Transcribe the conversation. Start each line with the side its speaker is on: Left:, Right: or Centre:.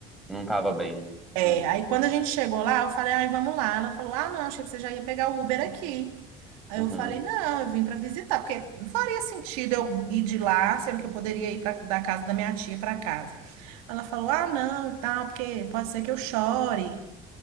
Centre: Não tava bem.
Right: É,
Centre: Hum.
Right: aí quando a gente chegou lá, eu falei, ai, vamos lá. Ela falou, ah, não, achei que você já ia pegar o Uber aqui. Aí
Centre: Uhum.
Right: eu falei, não, eu vim para visitar, porque não faria sentido eu ir de lá, sendo que eu poderia ir pra, da casa da minha tia para casa. Ela falou, ah, não, e tal, porque pode ser que eu chore.